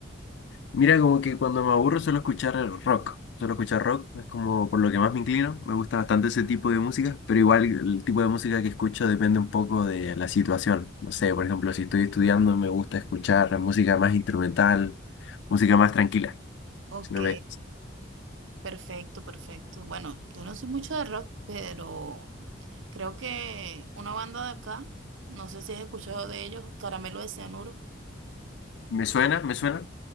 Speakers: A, on the left (about 65°); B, on the right (about 75°).
A: Mira, como que cuando me aburro suelo escuchar el rock. Suelo escuchar rock, es como por lo que más me inclino. Me gusta bastante ese tipo de música, pero igual el tipo de música que escucho depende un poco de la situación. No sé, por ejemplo, si estoy estudiando me gusta escuchar música más instrumental, música más tranquila.
B: Ok,
A: Si no me,
B: perfecto, perfecto. Bueno, yo no soy mucho de rock, pero creo que una banda de acá, no sé si has escuchado de ellos, Caramelo de Cianuro,
A: me suena, me suena.